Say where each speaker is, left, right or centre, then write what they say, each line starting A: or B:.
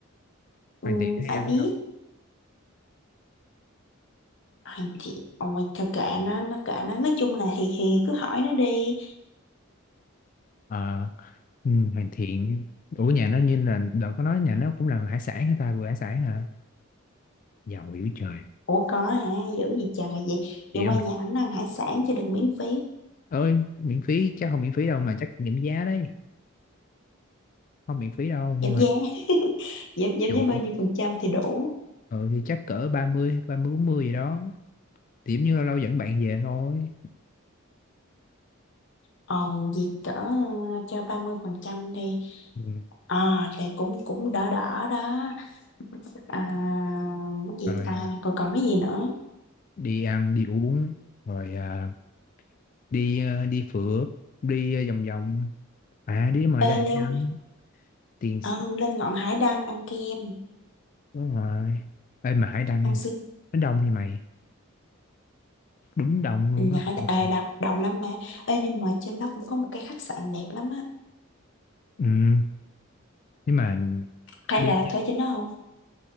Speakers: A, on the left; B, on the left.
A: ừ,
B: Hoàn Thiện hay
A: ai
B: ăn
A: biết
B: ở đâu
A: Ai thì ôi, thôi kệ nó nó kệ nó nói chung là thì thì cứ hỏi nó đi
B: Ờ, ừ, Hoàn Thiện ủa nhà nó như là đợt có nói nhà nó cũng làm hải sản hả ta vừa hải sản hả giàu dữ trời
A: ủa có hả dữ gì trời vậy
B: vậy
A: vậy qua
B: mà
A: nhà ảnh ăn hải sản cho được miễn phí
B: ơi miễn phí chắc không miễn phí đâu mà chắc kiểm giá đấy không miễn phí đâu
A: giảm
B: nhưng mà
A: giá <laughs> giảm giảm
B: dụ
A: giá bao nhiêu phần trăm thì đủ
B: ừ, thì chắc cỡ ba ba mươi ba mươi bốn mươi gì đó điểm như lâu lâu dẫn bạn về thôi
A: ồ vậy cỡ ờ, cho 30 phần trăm đi
B: Ừ.
A: ờ thì cũng cũng đỡ đỡ đó à, cái gì
B: rồi
A: ta
B: à,
A: còn còn cái gì nữa
B: đi ăn đi uống rồi à, đi à, đi phượt đi à, vòng vòng à đi mà ra
A: ê
B: hải
A: leo
B: đăng tiền
A: ờ,
B: s-
A: lên ngọn hải đăng ăn kem
B: đúng rồi Ê, mà hải đăng
A: ăn sữa
B: nó đông như mày đúng đông luôn
A: ừ,
B: á
A: hải
B: mà
A: đ-
B: đi
A: ờ,
B: xa
A: đồng, đồng lắm mà ê nhưng mà trên đó cũng có một cái khách sạn đẹp lắm á
B: ừ nhưng mà
A: hay
B: đi
A: là thuê trên đó không